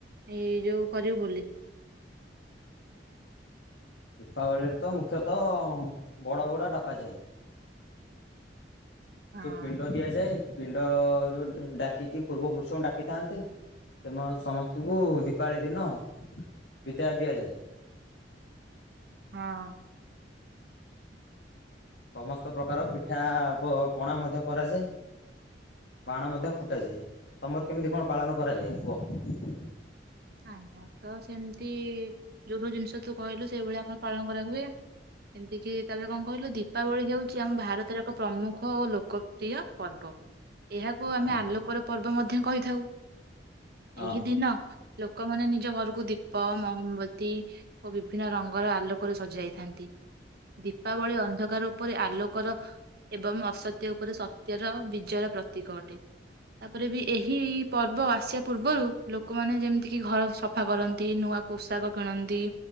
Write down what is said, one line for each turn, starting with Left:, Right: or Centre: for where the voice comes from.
Right: ଏଇ ଯୋଉ କରିବୁ ବୋଲି।
Left: ଦୀପାବଳିରେ ତ ମୁଖ୍ୟତଃ ବଡ ବଡୁଆ ଡକାଯାଏ।
Right: ହଁ
Left: ଯୋଉ ପିଣ୍ଡ ଦିଆଯାଏ ପିଣ୍ଡ ଅ ଯେଉ ଡାକିକି ପୂର୍ବ ପୁରୁଷଙ୍କୁ ଡାକିଥାନ୍ତି ସେ ସମସ୍ତଙ୍କୁ ଦୀପାବଳି ଦିନ ବିଦାୟ ଦିଆଯାଏ।
Right: ହଁ
Left: ସମସ୍ତ ପ୍ରକାର ପିଠା ପ-ପଣା ମଧ୍ୟ କରାଯାଏ ବାଣ ମଧ୍ୟ ଫୁଟାଯାଏ ତମର କେମିତି କଣ ପାଳନ କରାଯାଏ କୁହ।
Right: ଆମର ତ ସେମତି ଯୋଉ ସବୁ ଜିନିଷ ତୁ କହିଲୁ ସେଇଭଳିଆ ଆମର ପାଳନ କରା ହୁଏ ଏମିତି କି ତାପରେ କଣ କହିଲୁ ଦୀପାବଳି ହେଉଛି ଆମ ଭାରତରେ ଏକ ପ୍ରମୁଖ ବହୁ ଲୋକପ୍ରିୟ ପର୍ବ। ଏହାକୁ ଆମେ
Left: ହଁ
Right: ଆଲୋକର ପର୍ବ ମଧ୍ୟ ମଧ୍ୟ କହିଥାଉ
Left: ହଁ
Right: ଏହି ଦିନ ଲୋକମାନେ ନିଜ ଘରକୁ ଦୀପ ମୋହମବତୀ ଓ ବିଭିନ୍ନ ରଙ୍ଗର ଆଲୋକରେ ସଜାଇଥାନ୍ତି। ଦୀପାବଳି ଅନ୍ଧକାର ଉପରେ ଆଲୋକର ଏବଂ ଅସତ୍ୟ ଉପରେ ସତ୍ୟର ବିଜୟର ପ୍ରତୀକ ଅଟେ ତାପରେ ବି ଏହି ପର୍ବ ଆସିବା ପୂର୍ବରୁ ଲୋକମାନେ ଯେମିତି କି ଘର ସଫା କରନ୍ତି ନୂଆ ପୋଷାକ କିଣନ୍ତି